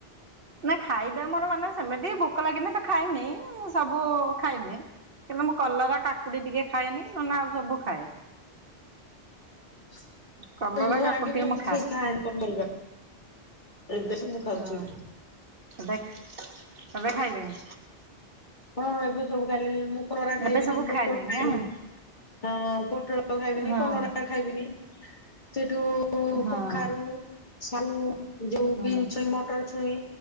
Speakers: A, on the right (about 55°); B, on the left (about 45°).
A: ନା ଖାଇବା ମୋର ମାନେ ସେମିତି ଭୋକ ଲାଗିନି ତ ଖାଇମି ସବୁ ଖାଇମି। କିନ୍ତୁ ମୁଁ କଲରା, କାକୁଡି ଟିକେ ଖାଏନି ନହନେ ଆଉ ସବୁ ଖାଏ।
B: <inaudible>
A: କଲରା
B: ମୁଁ
A: କାକୁଡି
B: ଆଗେ
A: ଟିକେ
B: ବି ଏମିତି
A: ମୁଁ
B: କ୍ଷୀରି ଖାଏନି <unintelligible> ମୁଁ ସବୁ ଖାଉଛି।
A: ହଁ ଏବେ ଏବେ ଖାଇଲେଣି
B: ହଁ ଏବେ ସବୁ ଖାଇଲେଣି। ମୁଁ କଲରା ଖାଇବି
A: ଏବେ ସବୁ
B: ନି, ପୋଟଳ
A: ଖାଇଲେଣି
B: ଖାଇବି
A: ଆଁ
B: ନି, ହଁ। ପୋଟଳ ଖାଇବି ନି,
A: ହଁ
B: କଲରା ଖାଇବି ନି, ସେଇଠୁ
A: ହଁ
B: କଖାରୁୁ ସାରୁ ଯୋଉ
A: ହଁ
B: ବିନ ଛୁଇଁ, ମଟର ଛୁଇଁ,